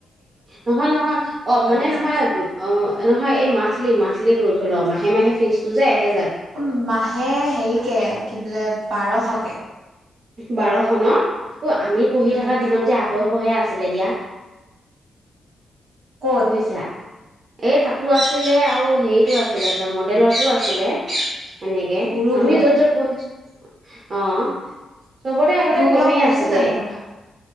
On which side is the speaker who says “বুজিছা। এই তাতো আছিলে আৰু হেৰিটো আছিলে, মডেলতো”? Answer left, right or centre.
Right